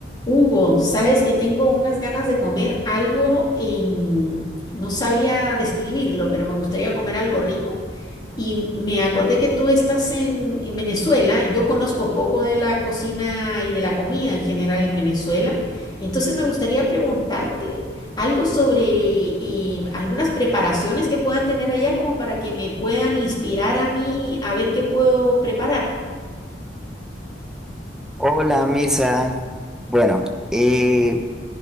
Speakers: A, on the left; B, in the centre.
A: Hugo, sabes que tengo unas ganas de comer algo, em, no sabría describirlo, pero me gustaría comer algo rico. Y me acordé que tú estás en, en Venezuela. Yo conozco poco de la cocina y de la comida en general en Venezuela. Entonces me gustaría preguntarte algo sobre em, algunas preparaciones que puedan tener allá como para que me puedan inspirar a mí a ver qué puedo preparar.
B: Hola, misa, Bueno, eh,